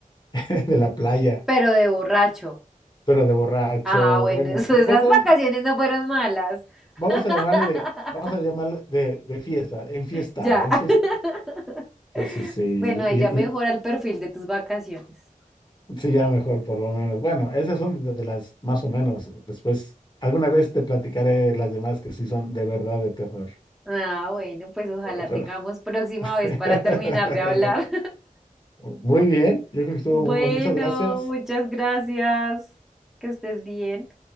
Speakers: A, on the left (about 30°); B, in the centre.
A: <laughs> de la playa,
B: pero de borracho.
A: pero de borracho,
B: Ah, bueno,
A: bueno,
B: <laughs> eso-
A: vamos
B: esas vacaciones no fueron malas. <laughs>
A: Vamos a llamarle de, vamos a llamarle de, de fiesta, enfiestado,
B: Ya.
A: enfiestado.
B: <laughs>
A: Sí, sí, sí, y-
B: Bueno, ahí ya mejora
A: y-
B: el perfil de tus vacaciones.
A: sí, ya mejor por lo menos. Bueno, esas son de, de las más o menos. Después, alguna vez te platicaré las demás que sí son de verdad de terror.
B: Ah, bueno, pues ojalá
A: Bueno, pero-
B: tengamos próxima
A: <laughs>
B: vez para terminar de hablar.
A: Muy bien, yo creo que estuvo,
B: Bueno,
A: muchas gracias.
B: muchas gracias. Que estés bien.